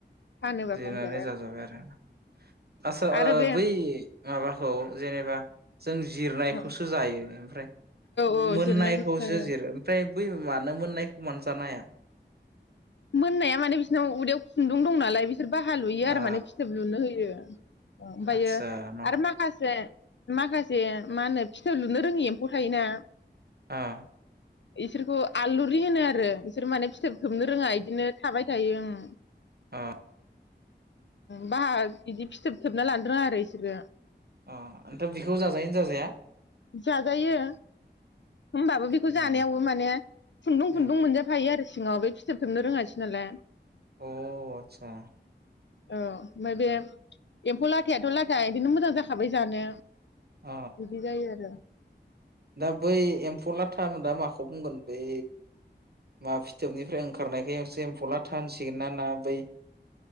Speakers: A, on the left; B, on the right.
A: फानोबा
B: जिरनानै
A: फानजाबाय
B: जाजाबाय आरो आचसा
A: आरो
B: ओ
A: बे
B: बै माबाखौ जेनेबा जों जिरनायखौसो
A: औ
B: जायो ओमफ्राय
A: औ
B: मोननायखौसो
A: जिरनायखौसो जायो
B: जिरो ओमफ्राय बै मानो मोननायखौ मानो जानो हाया
A: मोननाया माने बिसोरनाव उदैयाव खुन्दुं दं नालाय बि सोर बाहा लुयो
B: आ
A: आरो माने फिथोब लुनो होयो ओमफ्रायो
B: आदसा न'
A: आरो माखासे माखासे मा होनो फिथोब लुनो रोङि एम्फौ थायोना
B: ओ
A: इसोरखौ आलुरि होनो आरो इसोर माने फिथोब थोबनो रोङा बिदिनो थाबाय थायो ओं।
B: अ
A: बाहा बिदि फिथोब थोबना लानो रोङा आरो इसोरो
B: अ आमथ बेखौ जाजायैनो जाजाया
A: जाजायो। होमबाबो बेखौ
B: उम
A: जानायावबो माने खुन्दुं
B: उम
A: खुन्दुं मोनजाफायो आरो। सिङाव बे फिथोब थोबनो रोङासै नालाय
B: अ आतसा
A: अ ओफ्राय बे एम्फौ ला थायाथ' लादा इदिनो मोजां जाखाबाय जानो
B: अ
A: बिदि जायो आरो।
B: दा बै एम्फौ लाथा मोन दा माखौ बुंगोन बै मा फिथोबनिफ्राय ओंखारनायखाय एससे एम्फौ लाथा होनसिगोन ना ना बै।